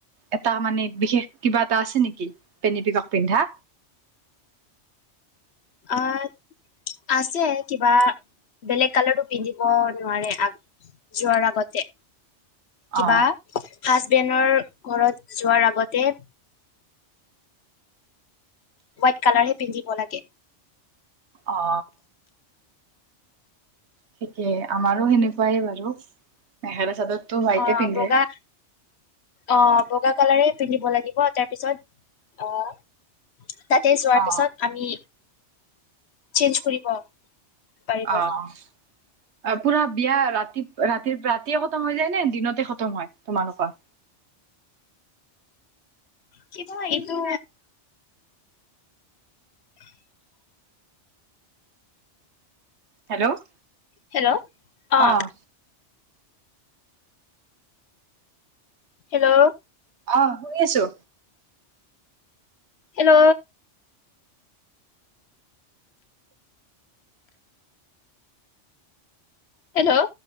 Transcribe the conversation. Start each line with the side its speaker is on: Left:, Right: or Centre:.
Right: এটা মানে বিশেষ কিবা এটা আছে নেকি পেনি পিকক পিন্ধা
Left: অহ আছে কিবা বেলেগ কালাৰটো পিন্ধিব নোৱাৰে আ যোৱাৰ আগতে কিবা
Right: অ
Left: হাজবেণ্ডৰ ঘৰত যোৱাৰ আগতে হোৱাইট কালাৰহে পিন্ধিব লাগে
Right: অ ঠিকেই আমাৰো সেনেকোৱাই বাৰু মেখেলা চাদত তো ৱাইতে
Left: অ
Right: পিন্ধে
Left: বগা অ বগা কালাৰে পিন্ধিব লাগিব তাৰপিছত অহ তাতে যোৱাৰ
Right: অ
Left: পিছত আমি চেঞ্জ কৰিব পাৰিব
Right: অ পুৰা বিয়া ৰাতি ৰাতিৰ ৰাতি য়ে খতম হৈ যায় নে দিনতে খতম হয় তোমালোকৰ
Left: কিবা এইটো <unintelligible>
Right: হেল্ল'
Left: হেল্ল' অ
Right: আহ।
Left: হেল্ল'।
Right: আহ শুনি আছো।
Left: হেল্ল'। হেল্ল'।